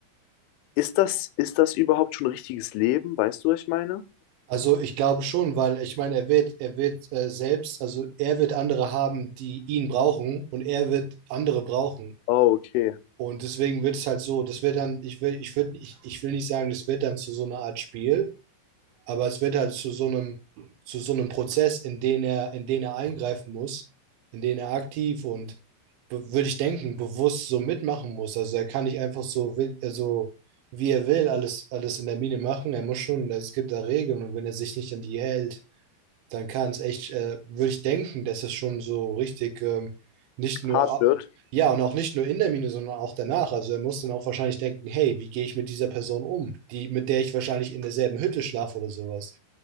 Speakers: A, on the left (about 90°); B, on the right (about 75°).
A: Ist das, ist das überhaupt schon richtiges Leben? Weißt du, was ich meine?
B: Also ich glaube schon, weil ich meine, er wird, er wird äh, selbst, also er wird andere haben, die ihn brauchen und er wird andere brauchen.
A: Oh, okay.
B: Und deswegen wird es halt so, das wird dann, ich will, ich würde, ich, ich will nicht sagen, das wird dann zu so einer Art Spiel, aber es wird halt zu so einem, zu so einem Prozess, in den er, in den er eingreifen muss, in den er aktiv und be- würde ich denken, bewusst so mitmachen muss. Also er kann nicht einfach so, will- also wie er will, alles, alles in der Mine machen. Er muss schon, es gibt da Regeln und wenn er sich nicht an die hält, dann kann es echt, äh, würde ich denken, dass es schon so richtig ähm, nicht nur
A: Hart
B: ab,
A: wird.
B: ja, und auch nicht nur in der Mine, sondern auch danach. Also er muss dann auch wahrscheinlich denken, hey, wie gehe ich mit dieser Person um, die, mit der ich wahrscheinlich in derselben Hütte schlafe oder sowas.